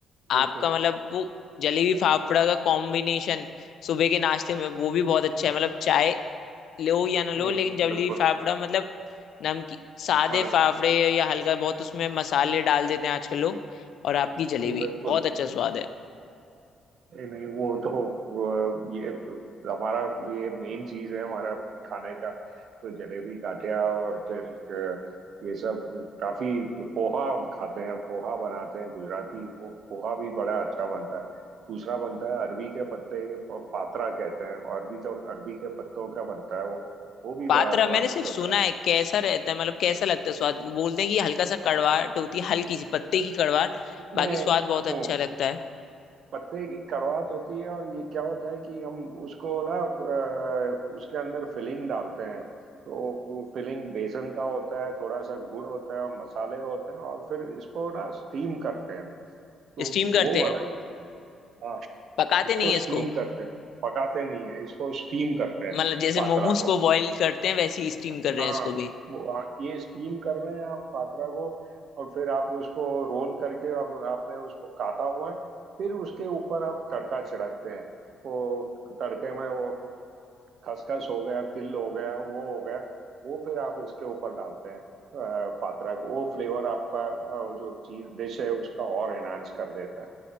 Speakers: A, on the right; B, on the left.
A: बिल्कुल
B: आपका मतलब वो जलेबी फाफड़ा का कॉम्बिनेशन सुबह के नाश्ते में वो भी बहुत अच्छा है मतलब चाय लो या ना लो
A: हम्म,
B: लेकिन जलेबी
A: बिल्कुल
B: फाफड़ा मतलब नमकीन सादे
A: अरे
B: फाफड़े या हल्का बहुत उसमें मसाले डाल देते हैं आजकल लोग और आपकी जलेबी
A: बिल्कुल
B: बहुत अच्छा स्वाद है
A: नहीं नहीं वो तो वो ये हमारा ये मेन चीज है हमारा खाने का तो जलेबी गाठिया और फिर अ, ये सब काफी पोहा हम खाते हैं पोहा बनाते हैं गुजराती वो पोहा भी बड़ा अच्छा बनता है दूसरा बनता है अरबी के पत्ते के प- पात्रा कहते हैं अरबी तो अरबी के पत्तों का बनता है वो वो भी
B: पातरा
A: बड़ा स्वादिष्ट
B: मैंने सिर्फ
A: होता
B: सुना
A: है
B: है कैसा रहता है मतलब कैसा लगता है स्वाद बोलते हैं कि हल्का सा कड़वाहट होती है हल्की सी पत्ते की कड़वाहट बाकी
A: मैं
B: स्वाद बहुत अच्छा
A: हूँ
B: लगता है
A: पत्ते की कड़वाहट होती है और ये क्या होता है कि हम उसको ना अ, उसके अंदर फिलिंग डालते हैं तो फिलिंग बेसन का होता है थोड़ा सा गुड़ होता है और मसाले होते हैं और फिर इसको ना स्टीम करते हैं तो
B: स्टीम करते
A: वो
B: हैं
A: अलग हाँ
B: पकाते
A: इसको
B: नहीं है इसको
A: स्टीम करते हैं पकाते नहीं है इसको स्टीम करते हैं
B: मतलब जैसे
A: पात्रा
B: मोमोज को
A: को
B: बॉईल करते हैं वैसे ही स्टीम कर रहे
A: हाँ
B: हैं इसको भी
A: वो हाँ, ये स्टीम कर रहे हैं आप पात्रा को और फिर आप उसको रोल करके आप आपने उसको काटा हुआ है फिर उसके ऊपर आप तड़का छिड़कते हैं वो तड़के में वो खसखस हो गया तिल हो गया वो हो गया वो फिर आप इसके ऊपर डालते हैं अ, पात्रा को वो फ्लेवर आपका अ, जो चीज डिश है उसका और एनहांस कर देता है